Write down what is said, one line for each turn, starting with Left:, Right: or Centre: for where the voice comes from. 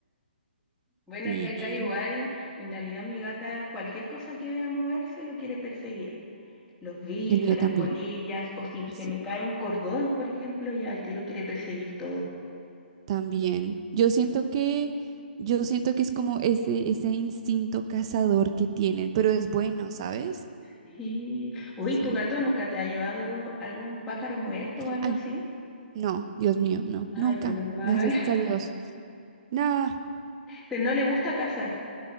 Centre: Bueno,
Right: Y
Centre: y acá igual, en realidad mi gata, cualquier cosa que vea moverse lo quiere perseguir. Los bichos,
Right: el mío
Centre: las
Right: también.
Centre: polillas, o si se
Right: Sí,
Centre: me cae un cordón, por ejemplo, ya al tiro quiere perseguir todo.
Right: también. Yo siento que, yo siento que es como ese, ese instinto cazador que tienen, pero es bueno, ¿sabes?
Centre: Y, uy,
Right: Sí.
Centre: ¿tu gato nunca te ha llevado algún pájaro muerto o algo
Right: Ay,
Centre: así?
Right: no, Dios mío, no,
Centre: Ay,
Right: nunca.
Centre: menos mal.
Right: Gracias
Centre: <laughs>
Right: a Dios. No.
Centre: Pero no le gusta cazar.